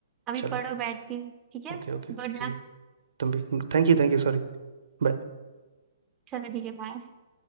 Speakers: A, on the right (about 15°); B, on the right (about 80°).
A: अभी
B: चलो
A: पढ़ो बैठ के ठीक है
B: ओके ओके
A: Good
B: ठीक
A: luck
B: है तुम भी Thank you thank you sorry Bye.
A: चलो ठीक है बाय